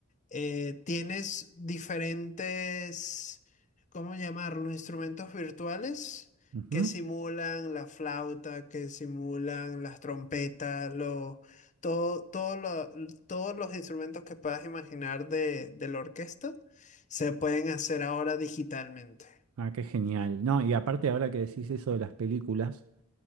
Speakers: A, on the left; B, on the right.
A: eh, tienes diferentes, ¿cómo llamarlo? Instrumentos virtuales
B: Ujú.
A: que simulan la flauta, que simulan las trompetas, lo, todo, todo lo- todos los instrumentos que puedas imaginar de, de la orquesta se pueden hacer ahora digitalmente.
B: Ah, qué genial. No, y aparte ahora que decís eso de las películas,